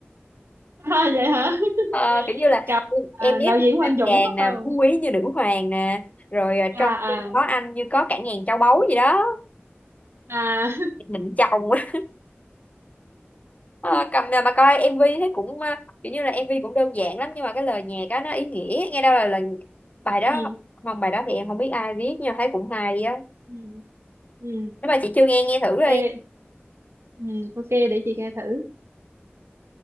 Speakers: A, on the right; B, on the left.
A: <laughs> à, vậy hả <laughs>
B: Ờ, kiểu như là
A: chào
B: em
A: à,
B: em ép
A: đạo diễn
B: mình bên
A: Quang Dũng
B: chàng nè
A: phải không
B: phú quý như nữ hoàng nè rồi ờ,
A: à
B: trong
A: à
B: khi có anh như có cả ngàn châu báu gì đó
A: à
B: định chồng <laughs> Ờ,
A: <laughs>
B: cầm nè mà coi MV thấy cũng ờ, kiểu như là MV cũng đơn giản lắm nhưng mà cái lời nhạc á nó ý nghĩa nghe đâu là lời bài đó
A: ừ.
B: không bài đó thì em không biết ai viết nhưng mà thấy cũng hay á
A: ừ ừ
B: nếu mà chị chưa nghe nghe thử đi
A: Ê, ừ ok để chị nghe thử